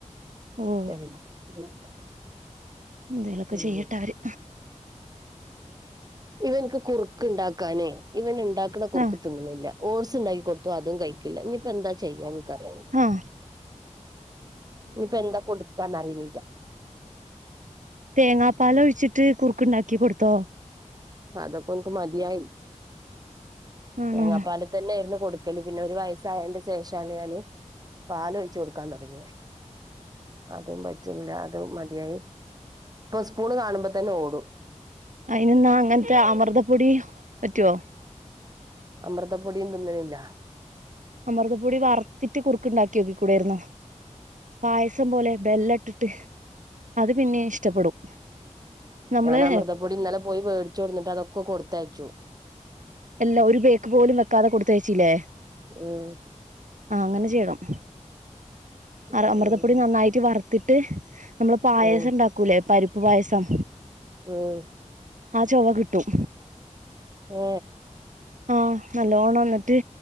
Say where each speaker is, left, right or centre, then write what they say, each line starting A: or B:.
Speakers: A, on the right; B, on the right.
A: ഓ
B: <unintelligible>
A: എന്തേലൊക്കെ
B: ഉംമ്
A: ചെയ്യട്ടെ അവര്
B: ഇവന്ക്ക് കുറുക്ക് ണ്ടാക്കാനേ ഇവൻ ണ്ടാക്ണ കുറുക്ക്
A: ആ
B: തിന്ന് ണ്ല്ല ഓർ്സ് ണ്ടാക്കി കൊടുത്തു അതും കഴിക്കില്ല ഇനിപ്പോ എന്താ ചെയ്യാൻ നിക്കറിയ
A: ഹ്
B: ഇനിപ്പൊ എന്താ കൊടുക്കാന്ന് അറഞ്ഞീറ്റ
A: തേങ്ങാപ്പാല് ഒഴിച്ചിട്ട് കുറുക്ക് ഉണ്ടാക്കി കൊടുത്തോ
B: അതക്കഓക്ക് മതിയയി
A: ആണോ
B: തേങ്ങാപ്പാല തന്നൊയിയിരുന്നു കൊടുക്കല് പിന്നെ ഒരു വയസ്സായണ്ട് സ് ശേഷാണ് ഞാന് പാല് ഒഴിച്ചു കൊടുക്കാൻ തുടങ്ങിയത് അതും പറ്റില്ല അത് മതിയായി ഇപ്പൊ സ്പൂണ് കാണുമ്പോ തന്നെ ഓടും.
A: അയിനിന്നാ അങ്ങനത്തെ അമൃതപ്പൊടി പറ്റുവോ
B: അമൃതപ്പൊടി എന്തൊന്നും ഇല്ല
A: അമൃതപ്പൊടി വറുത്തിട്ട് കുറക്ക് ഉണ്ടാക്കി നോക്കി കൂടൊയിരുന്നോ പായസം പോലെ ബെല്ല ഇട്ടിട്ട് അത് പിന്നെയ ഇഷ്ടപ്പെടും നമ്മള്
B: ഞാൻ അമൃതപ്പൊടി ഇന്നലെ പോയി മേടിച്ചു കൊടന്നിട്ട് അതൊക്കെ കൊടുത്തയച്ചു
A: എല്ലാ ഒരു ബേക്ക് പോലും വെക്കാതെ കൊടുത്തയച്ചില്ലേ
B: ഉം
A: ആ അങ്ങനെ ചെയ്യണം
B: ഉം
A: അമൃതപ്പൊടി നന്നായിട്ട് വറുത്തിട്ട് നമ്മള് പായസം
B: ഉം
A: ഉണ്ടാക്കൂലേ പരിപ്പ് പായസം
B: ഉം
A: ആ ചൊവ കിട്ടും
B: ഏ
A: ആ നല്ലോണം വന്നിട്ട്